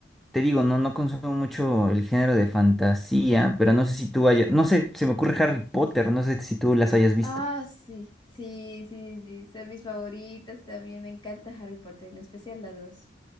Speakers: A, in the centre; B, on the left (about 25°).
A: te digo, no, no consumo mucho el género de fantasía, pero no sé si tú hayas. No sé, se me ocurre Harry Potter, no sé si tú las hayas visto.
B: Ah, sí. Sí, sí, sí. Son mis favoritas también. Me encanta Harry Potter, en especial la dos.